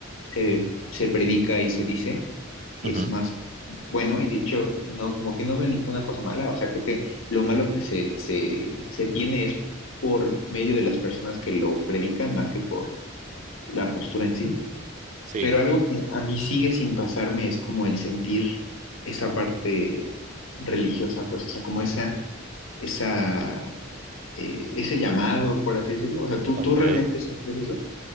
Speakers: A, on the left; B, on the right.
A: se, se predica y se dice es
B: ujú,
A: más bueno y de hecho, no, como que no veo ninguna cosa mala, o sea, creo que lo malo que se, se, se tiene es por medio de las personas que lo predican más que por la postura en sí.
B: sí,
A: Pero algo que a mí sigue sin pasarme es como el sentir esa parte religiosa, pues, o sea, como esa, esa, eh, ese llamado, por así decirlo. O sea, ¿tú,
B: ok.
A: tú realmente sientes eso?